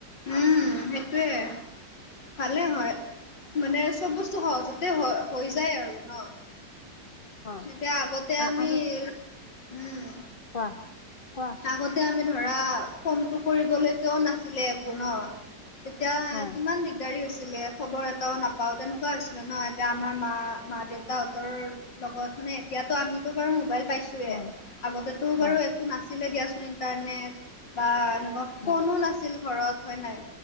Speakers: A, on the left; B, on the left.
A: উম, সেইটোৱেই। ভালে হয়, মানে চব বস্তু সহজতে হ হৈ যায় আৰু ন।
B: হয়
A: এতিয়া আগতে
B: আ-
A: আমি,
B: আৰু
A: উম।
B: কোৱা। কোৱা
A: আগতে আমি ধৰা, ফোনটো কৰিবলৈকেও নাছিলে একো ন। তেতিয়া,
B: হয়
A: কিমান দিগদাৰী হৈছিলে। খবৰ এটাও নাপাও, তেনেকুৱা হৈছিলে ন, এতিয়া আমাৰ মা, মা-দেউতাহঁতৰ লগত মানে, এতিয়াতো আমিতো বাৰু মোবাইল পাইছোঁ। ৱে
B: হয়
A: আগতেতো বাৰু
B: হয়
A: একো নাছিলে দিয়াচোন ইন্টাৰনেট বা এনেকুৱা
B: হয়
A: ফোনো নাছিল ঘৰত, হয় নাই